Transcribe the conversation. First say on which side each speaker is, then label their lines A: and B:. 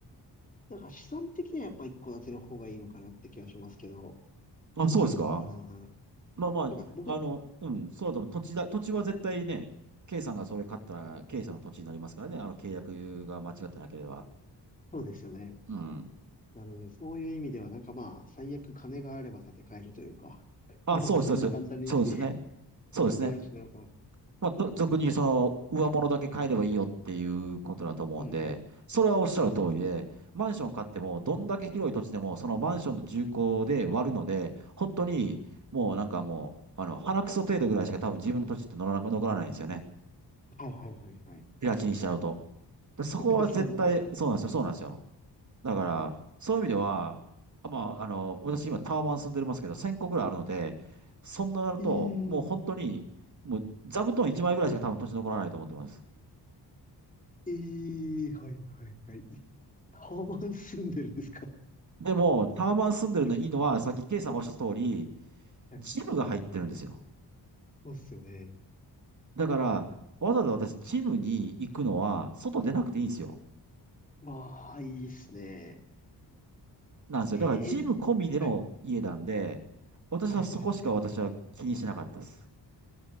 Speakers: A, on the left; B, on the right.
A: だから資産的にはやっぱ一戸建ての方がいいのかなって気はしますけど、
B: あ、
A: どうなんだろうな。
B: そうですか
A: ね
B: まあまあ、
A: なんか僕、
B: あの、うん、そうだと思う。土地だ、土地は絶対ね、K さんがそれ買ったら、K さんの土地になりますからね。あの、契約が間違ってなければ。
A: そうですよね。
B: うん。
A: なので、そういう意味では、なんかまあ、最悪金があれば建て替えるというか、<laughs>
B: あ、
A: まあまあ、
B: そうそうそう。
A: そんな簡単に
B: そうですね。そうですね。
A: できはしないかもしれない。
B: まあ、と俗にその、上物だけ買えればいいよっていうことだと思うんで、
A: うんうん。
B: それはおっしゃる通りで、
A: そうっす。
B: マンション買っても、どんだけ広い土地でも、そのマンションの重工で割るので、本当に、もうなんかもう、あの、鼻くそ程度ぐらいしか多分自分の土地って乗らなく、残らないんですよね。
A: はいはいはいはい。
B: 平地にしちゃうと。でそこは絶対、
A: <laughs> そうですよね。
B: そうなんですよ、そうなんですよ。だから、そういう意味では、あまあ、あの、私今タワマン住んでますけど、1000個ぐらいあるので、そんななると、
A: えー、
B: もう本当に、もう座布団1枚ぐらいしか多分土地残らないと思ってます。
A: えー、はいはいはい。タワマン住んでるんですか <laughs>
B: でも、タワマン住んでるのいいのは、
A: はい
B: さっきケイさんがおっしゃった通り、
A: はい。
B: ジムが入ってるんですよ。
A: そうっすよね。
B: だから、わざわざ私、ジムに行くのは、外出なくていいんですよ。
A: わあ、いいっすね。
B: なんですよ。
A: えーえ、
B: だから、ジム込みでの家なんで、
A: はい、
B: 私はそこしか私は気にしなかったです。
A: はい、はい、はい。